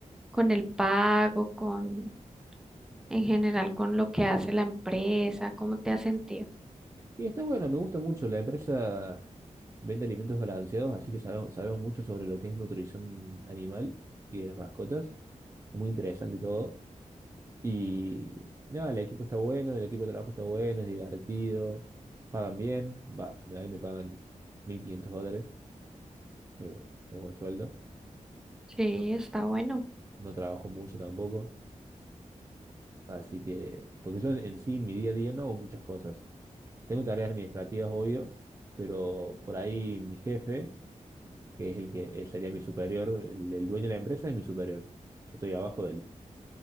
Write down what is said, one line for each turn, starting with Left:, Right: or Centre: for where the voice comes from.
Centre: con el pago, con, en general con lo que hace la empresa? ¿Cómo te has sentido?
Right: Y está bueno, me gusta mucho la empresa. Vende alimentos balanceados, así que sabemos, sabemos mucho sobre lo que es nutrición animal y de las mascotas. Es muy interesante todo. Y nada, el equipo está bueno, el equipo de trabajo está bueno, es divertido, pagan bien. Va, ahí me pagan 1.500 dólares, eh, es buen sueldo.
Centre: Sí,
Right: No,
Centre: está bueno.
Right: no trabajo mucho tampoco, así que, porque yo en, en sí, en mi día a día no hago muchas cosas. Tengo tareas administrativas, obvio, pero por ahí mi jefe que es el que él sería mi superior, el, el dueño de la empresa es mi superior. Yo estoy abajo de él,